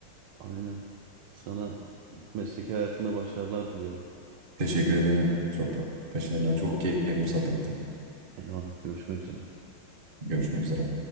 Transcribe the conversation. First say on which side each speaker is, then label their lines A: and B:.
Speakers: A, on the right; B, on the right.
A: Aynen. Sana mesleki hayatında başarılar diliyorum.
B: Teşekkür ederim. Çok ba- başarılar. Çok keyifli bir sohbetti.
A: Eyvallah görüşmek üzere.
B: Görüşmek üzere.